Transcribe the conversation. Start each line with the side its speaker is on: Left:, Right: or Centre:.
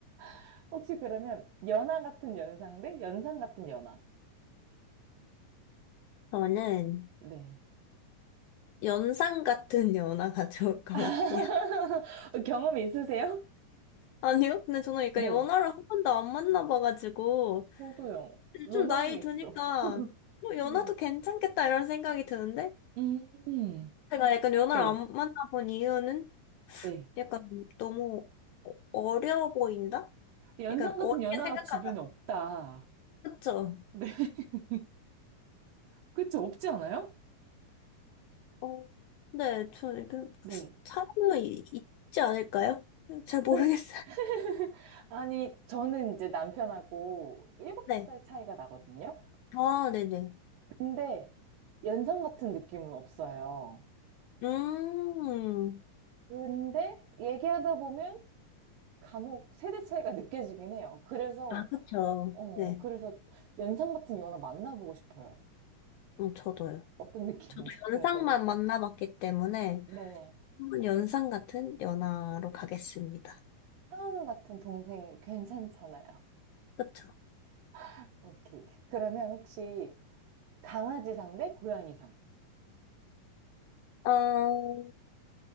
Right: <laughs> 혹시 그러면 연하 같은 연상 대 연상 같은 연하.
Left: 저는
Right: 네.
Left: 연상 같은 연하가 <laughs> 좋을 것 같아요.
Right: <laughs> 경험 있으세요?
Left: 아니요? 근데 저는 약간
Right: 네.
Left: 연하를 한 번도 안 만나봐가지고,
Right: 저도요.
Left: 근데
Right: 로망이
Left: 좀 나이
Right: 있어.
Left: 드니까, 뭐 연하도
Right: 네.
Left: 괜찮겠다 이런 생각이 드는데,
Right: 음,
Left: 제가 약간 연하를
Right: 네,
Left: 안 만나본 이유는
Right: 네.
Left: 약간 너무 어- 어려 보인다?
Right: 연상
Left: 약간
Right: 같은
Left: 어렵게
Right: 연하가
Left: 생각하다.
Right: 주변에 없다.
Left: 그쵸?
Right: 네. <laughs> 그쵸? 없지 않아요?
Left: 어, 네, 저 약간
Right: 네.
Left: 차이가 있지 않을까요? 잘
Right: 찾아,
Left: 모르겠어요. <laughs>
Right: <laughs> 아니, 저는 이제 남편하고 7살
Left: 네.
Right: 차이가 나거든요.
Left: 아, 네네.
Right: 근데 연상 같은 느낌은 없어요.
Left: 음,
Right: 근데 얘기하다 보면 간혹 세대 차이가 느껴지긴 해요. 그래서,
Left: 아, 그쵸.
Right: 어,
Left: 네,
Right: 그래서 연상 같은 연하 만나보고 싶어요.
Left: 음, 저도요.
Right: 어떤 느낌인지
Left: 저도
Right: 궁금해서.
Left: 연상만 만나봤기 때문에
Right: 네.
Left: 한번 연상 같은 연하로 가겠습니다.
Right: 상은우 같은 동생 괜찮잖아요.
Left: 그쵸.
Right: <laughs> 오케이. 그러면 혹시 강아지상 대 고양이상?
Left: 어, 어,